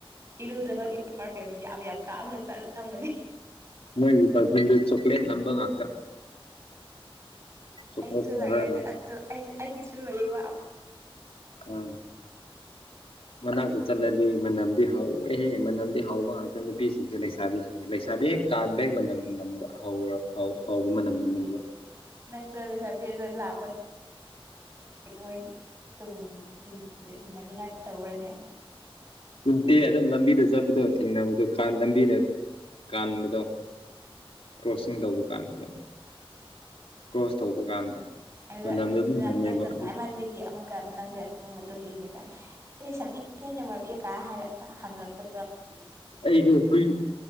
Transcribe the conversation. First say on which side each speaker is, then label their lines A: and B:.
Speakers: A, on the right; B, on the left.
A: ꯏꯔꯨꯗꯕꯒꯤ ꯄꯥꯔꯐ꯭ꯌꯨꯝ ꯌꯥꯝ ꯌꯥꯝ ꯀꯥꯞꯅ ꯆꯠꯂꯝꯒꯅꯤ
B: ꯃꯣꯏ ꯄꯥꯔꯐ꯭ꯌꯨꯝꯗꯤ ꯆꯣꯀꯂꯦꯠ ꯅꯝꯕ ꯉꯥꯛꯇ ꯆꯣꯀ꯭ꯂꯦꯠ
A: ꯑꯩꯁꯨ
B: ꯐ꯭ꯂꯦꯕꯔꯅ
A: ꯂꯩꯑꯦ ꯑꯗꯨ ꯑꯗꯣ ꯑꯩ ꯑꯩꯒꯤꯁꯨ ꯂꯩꯕ
B: ꯎꯝ ꯃꯅꯥꯛꯇ ꯆꯠꯂꯗꯤ ꯃꯅꯝꯗꯤ ꯍꯥꯎꯋꯦꯍꯦ ꯃꯅꯝꯗꯤ ꯍꯥꯎꯕ ꯉꯥꯛꯇ ꯅꯨꯄꯤꯁꯤꯡꯁꯦ ꯂꯩꯁꯥꯕꯤꯁꯤꯡ ꯂꯩꯁꯥꯕꯤ ꯍꯦꯛ ꯀꯥꯟꯕ ꯍꯦꯛ ꯃꯅꯝ ꯅꯝꯕ ꯍꯧꯔ ꯍꯧꯕ ꯃꯅꯝ ꯅꯝꯕ
A: ꯅꯪꯗ ꯂꯩꯁꯥꯕꯤꯗ ꯂꯥꯛꯄ ꯃꯣꯏꯒꯤ ꯇꯨꯡꯗ ꯏꯟ ꯑꯗꯨ ꯏꯅꯅꯤꯡꯉꯥꯏ ꯇꯧꯔꯅꯦ
B: ꯎꯗꯦ ꯑꯗꯨꯝ ꯂꯝꯕꯤꯗ ꯆꯠꯄꯗꯣ ꯊꯦꯡꯅꯕꯗꯣ ꯂꯝꯕꯤꯗ ꯀꯥꯟꯕꯗꯣ ꯀ꯭ꯔꯣꯁꯤꯡ ꯇꯧꯕ ꯀꯥꯟꯗ ꯑꯗꯨꯝ ꯀ꯭ꯔꯣꯁ ꯇꯧꯕ ꯀꯥꯟꯗ
A: ꯑꯗ
B: ꯃꯅꯝꯗꯣ ꯑꯗꯨꯝ
A: ꯃꯗ
B: ꯅꯝꯃꯦꯕ
A: ꯅꯨꯡꯉꯥꯏꯃꯟꯕꯤꯒꯦ
B: ꯑꯗꯨ
A: ꯑꯃꯨꯛꯀ ꯅꯪꯁꯦ ꯑꯃꯨ ꯃꯇꯨꯡ ꯏꯅꯤꯗ ꯑꯩ ꯁꯛꯕꯤ ꯅꯩꯅ ꯃꯔꯕꯤꯌꯨ ꯀꯥ ꯍꯥꯏꯔ ꯍꯪꯛꯇ
B: ꯑꯩꯁꯨ ꯍꯏ